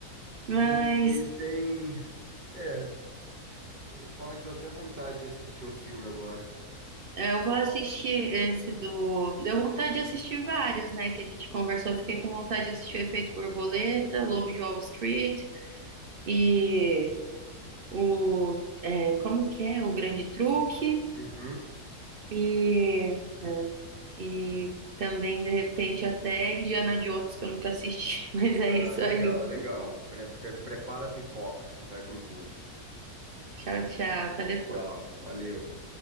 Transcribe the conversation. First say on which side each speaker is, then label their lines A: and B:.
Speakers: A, on the right; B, on the right.
A: Mas
B: E, e tem. É, vou te falar que deu até vontade de assistir um filme agora.
A: É, eu vou assistir esse do. Deu vontade de assistir vários, né? Que a gente conversou. Fiquei com vontade de assistir o Efeito Borboleta, Lobo de Wall Street e o. é, como que é? O Grande Truque.
B: Uhum.
A: E, e também, de repente, até Indiana Jones, que eu nunca assisti. <laughs> Mas é
B: Ah,
A: isso
B: legal,
A: aí.
B: legal. Pre- pre- prepara a pipoca e vai com tudo.
A: Tchau, tchau. Até depois.
B: Tchau, valeu.